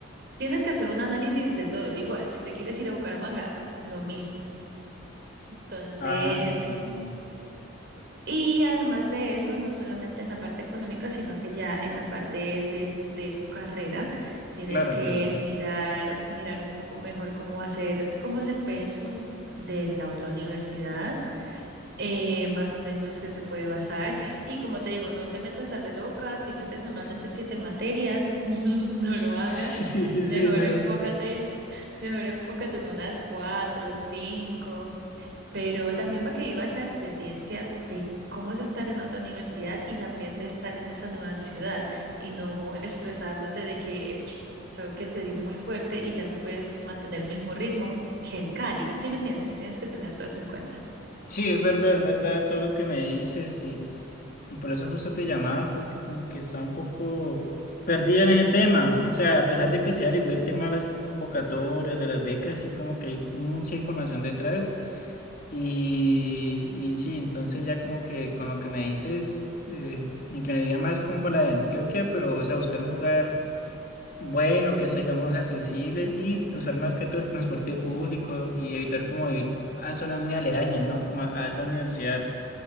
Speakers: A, on the right (about 55°); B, on the left (about 45°).
A: tienes que hacer un análisis de todo. Igual, si te quieres ir a Bucaramanga, lo mismo. Entonces,
B: Ah, sí, sí.
A: y además de eso, no solamente en la parte económica, sino que ya en la parte de, de tu carrera, tienes
B: Claro,
A: que
B: claro.
A: mirar,
B: <laughs>
A: mirar un poco mejor cómo va a ser, cómo es el pensum de la otra universidad eh, más o menos que se puede basar. Y como te digo, no te metas a la loca, si metes normalmente siete materias, <laughs> no lo hagas.
B: Sí, sí,
A: Mejor
B: es mejor.
A: enfócate, mejor enfócate en unas cuatro, cinco pero también para que vivas la experiencia de cómo es estar en otra universidad y también de estar en esa nueva ciudad y no estresándote de que el cho- choque te dio muy fuerte y ya no puedes mantener el mismo ritmo que en Cali, ¿sí me entiendes? Tienes que tener todo eso en cuenta.
B: Sí, es verdad, es verdad todo lo que me dices y, y por eso justo te llamaba porque como que está un poco perdido en ese tema. O sea, a pesar de que se averiguó el tema de las convocatorias, de las becas, sí como que hay mucha información detrás. Y, y sí, entonces ya como que con lo que me dices, eh, me inclinaría más como por la de Antioquia, pero o sea, buscar un lugar bueno, que seamos accesibles y usar más que todo el transporte público y evitar como ir a zonas muy aledañas, ¿no? Como a, a esa universidad.